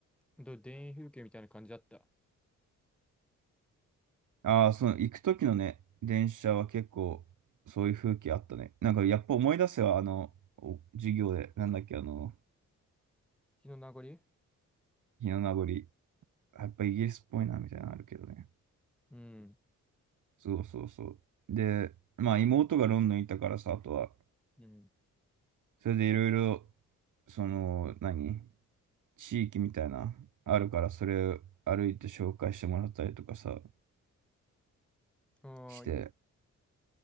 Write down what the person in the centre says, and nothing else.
ん。どう、田園風景みたいな感じだった
日の名残
うん。
うん。
ああ、
いい。